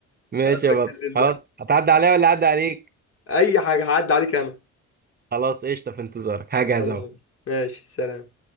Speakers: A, on the right (about 30°); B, on the left (about 50°).
A: ماشي
B: اقابلك
A: يا بطل
B: بالليل
A: خلاص
B: بقى
A: هتعدي عليا ولا عدى عليك
B: اي حاجه هعدي عليك انا
A: خلاص قشطه في انتظارك هجهز
B: يلا
A: اهو
B: ماشي سلام